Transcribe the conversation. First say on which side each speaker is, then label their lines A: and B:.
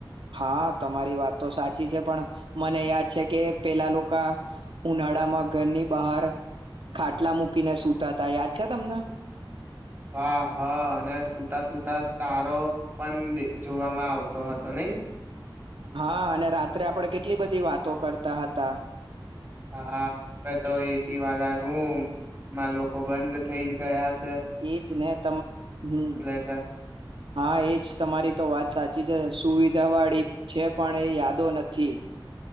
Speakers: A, on the right (about 75°); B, on the right (about 20°).
A: હા તમારી વાત તો સાચી છે. પણ મને યાદ છે કે પેલા લોકો ઉનાળામાં ઘરની બહાર ખાટલા મૂકીને સુતાતા. યાદ છે તમને?
B: હા હા અને સુતા સુતા તારો પણ જોવામાં આવતો હતો નઈ.
A: હા અને રાત્રે આપણે કેટલી બધી વાતો કરતા હતા.
B: હા હવે તો એસી વાળા રૂમ માં લોકો બંધ થઇ ગયા છ
A: એજ ને ત હમ્મ
B: લે છે
A: હા એજ તમારી તો વાત સાચ ચી છે. સુવિધા વાળી છે. પણ એ યાદો નથી.